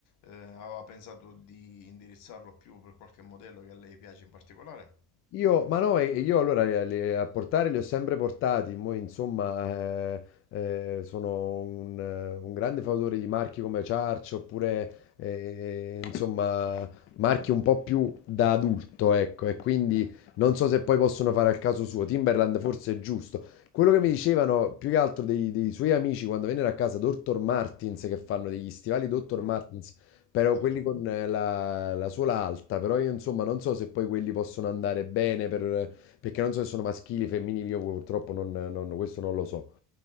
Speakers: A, on the left; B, on the left.
A: Eh, aveva pensato di indirizzarlo più per qualche modello che a lei piace in particolare?
B: Io, ma no, e- e io allora le- le- a portare li ho sempre portati, mo insomma eh, eh, sono un, eh, un grande fautore di marchi come Ciarcio, oppure eh, insomma marchi un po' più da adulto, ecco, e quindi non so se poi possono fare al caso suo, Timberland forse è giusto. Quello che mi dicevano più che altro dei, dei suoi amici quando vennero a casa, Dr. Martins, che fanno degli stivali Dr.
A: Ah,
B: Martins, però
A: sì.
B: quelli con eh, la, la suola alta, però io insomma non so se poi quelli possono andare bene per- perché non so se sono maschili, femminili, io purtroppo non, non- questo non lo so.